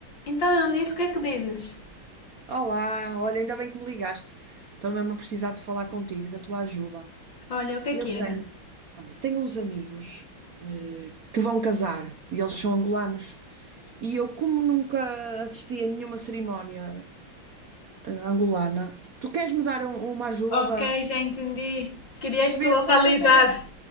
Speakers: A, on the left; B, on the right.
A: Então, Eunice, o que é que dizes?
B: Olá, olha, ainda bem que me ligaste. Estou mesmo a precisar de falar contigo, da tua ajuda.
A: Olha, o que é
B: Eu
A: que era?
B: tenho, olha, tenho uns amigos eh, que vão casar e eles são angolanos. E eu, como nunca assisti a nenhuma cerimónia eh, angolana, tu queres me dar um- uma ajuda?
A: Ok, já entendi. Querias-te
B: Perceber,
A: localizar.
B: só para eu saber